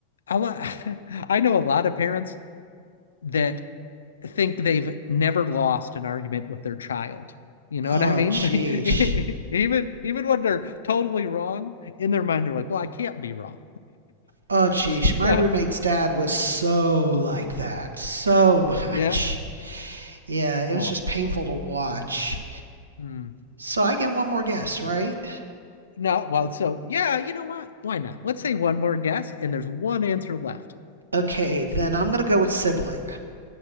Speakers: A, on the left (about 65°); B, on the right (about 75°).
A: a lot, <laughs> I know a lot of parents that think they've never lost an argument with their child. You know
B: Oh,
A: what I mean?
B: jeez.
A: <laughs> even even when they're totally wrong, in their mind they're like, "Well, I can't be wrong."
B: Oh, jeez.
A: <laughs>
B: My
A: So
B: roommate's dad was so like that. So <laughs> much.
A: yeah,
B: Yeah, it
A: well,
B: was just painful to watch.
A: mm.
B: So I get one more guess, right?
A: no, well, so yeah, you know what? Why not? Let's say one more guess, and there's one answer left.
B: Okay, then I'm going to go with sibling.